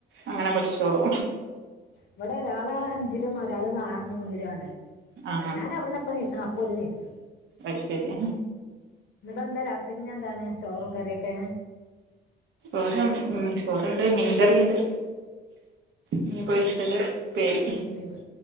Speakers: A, on the right; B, on the left.
A: അങ്ങനെ പഠിച്ചോളൂ
B: ഇവിടെ ഒരാള് അഞ്ചിലും ഒരാള് ന മൂന്നിലുംആണ്
A: ആ
B: ഞാനവർന്ന് പ്പ നീച്ചണം അപ്പോല് നീച്ചു
A: അയ്ശെരി
B: ന്ന്ട്ട് എന്താ രാത്രിക്ക് ഞ്ഞി എന്താണ് ചോറും കറിയൊക്കെ
A: ഓരം ഉം ചോറുണ്ട് മീൻകറിയുണ്ട് മീൻ പൊരിച്ചത് ഇപ്പേരി
B: വേവ്